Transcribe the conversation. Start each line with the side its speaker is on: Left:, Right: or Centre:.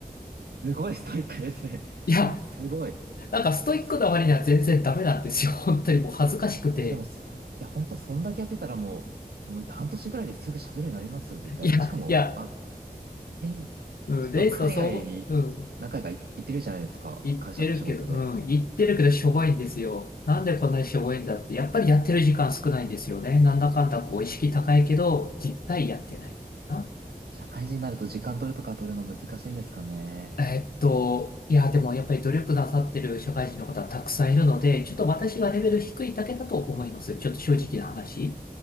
Right: すごいストイックですね。<laughs>
Left: いや、
Right: うわ、すごい。
Left: なんかストイックな割には全然ダメなんですよ。
Right: え、そ、
Left: <laughs> 本当にもう恥ずかしくて。
Right: いや、でもそ、いや、ほんと、そんだけやってたらもう、もう半年ぐらいですぐ喋るようになりますよ、絶対。
Left: いや、
Right: しかも、
Left: いや、
Right: あ、てん、
Left: うん、
Right: しかも海外に
Left: レイスはそう、うん、
Right: 何回か行行ってるじゃないですか、
Left: 言ってるけど、
Right: 会社の仕事で。
Left: うん、言ってるけどしょぼいんですよ。なんでこんなにしょぼいんだって、やっぱりやってる時間少ないんですよね。なんだかんだこう意識高いけど、実態やってないみたいな。
Right: ちょっと社会人になると時間取るとか取るの難しいんですかね。
Left: えっと、いや、でもやっぱり努力なさってる社会人の方はたくさんいるので、ちょっと私がレベル低いだけだと思います。ちょっと正直な話。